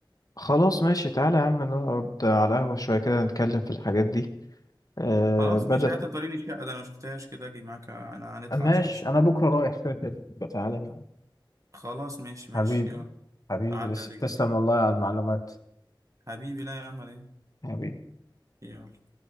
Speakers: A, on the left (about 45°); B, on the right (about 40°).
A: خلاص ماشي تعالى يا عم نقعد على القهوه شويه كده نتكلم في الحاجات دي آه
B: خلاص
A: بدل
B: ماشي حتى توريني الشقه ده انا ما شفتهاش كده اجي معاك آه، انا هنطلع
A: ماشي
B: نشوف الشقه
A: انا بكره رايح كده كده يبقى تعالى معايا
B: خلاص ماشي ماشي
A: حبيبي
B: يلا
A: حبيبي
B: اعدي عليك
A: تسلم
B: دلوقتي
A: والله على المعلومات
B: حبيبي لا يا عم على ايه
A: حبيبي
B: يلا